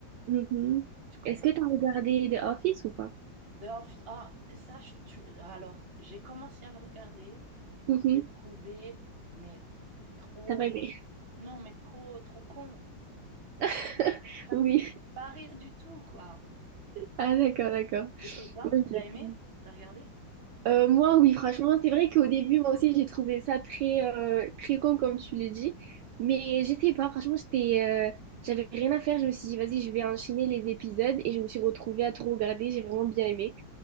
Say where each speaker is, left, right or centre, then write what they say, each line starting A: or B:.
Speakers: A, on the right; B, on the right.
A: Mhm.
B: Tu connais?
A: Est-ce que tu as regardé The Office ou pas?
B: The Office. Ah, ça, je- tu- alors, j'ai commencé à le regarder.
A: Mhm.
B: J'ai trouvé, mais trop.
A: T'as pas aimé?
B: Non, mais trop, trop con.
A: <laughs>
B: Ça
A: Oui.
B: me fait pas rire du tout, quoi.
A: Ah d'accord, d'accord.
B: Et puis, toi,
A: Oui, j'avoue.
B: t'as aimé? T'as regardé?
A: Euh, moi, oui, franchement, c'est vrai qu'au début, moi aussi, j'ai trouvé ça très, euh, très con, comme tu le dis. Mais je sais pas, franchement, j'étais, euh, j'avais rien à faire. Je me suis dit, vas-y, je vais enchaîner les épisodes et je me suis retrouvée à tout regarder. J'ai vraiment bien aimé.